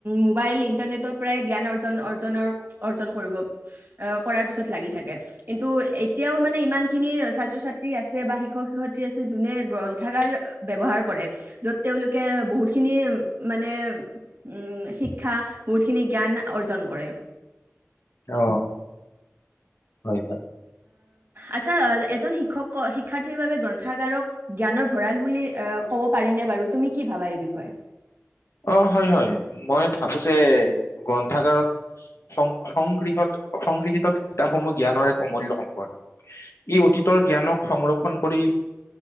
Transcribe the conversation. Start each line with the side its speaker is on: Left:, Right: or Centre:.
Right: মোবাইল ইন্টাৰনেটৰ পৰাই জ্ঞান অৰ্জন অৰ্জনৰ অৰ্জন কৰিব কৰাৰ পিছত লাগি থাকে কিন্তু এতিয়াও মানে ইমান খিনি ছাত্ৰ ছাত্ৰী আছে বা শিক্ষক শিক্ষয়িত্ৰী আছে যোনে গ্ৰন্থাগাৰ ব্যৱহাৰ কৰে য'ত তেওঁলোকে বহুতখিনি মানে উ শিক্ষা বহুতখিনি জ্ঞান অৰ্জন কৰে
Left: অ হয় হয়
Right: আচ্ছা এজন শিক্ষক শিক্ষাৰ্থীৰ বাবে গ্ৰন্থাগাৰক জ্ঞানৰ ভঁৰাল বুলি ক'ব পাৰিনে বাৰু তুমি কি ভাবা এই বিষয়ে
Left: অ হয় হয় মই ভাবো যে গ্ৰন্থাগাৰত সং সংগৃহত সংগৃহীত কিতাপসমূহ জ্ঞানৰ এক অমূল্য সম্পদ ই অতীতৰ জ্ঞানক সংৰক্ষণ কৰি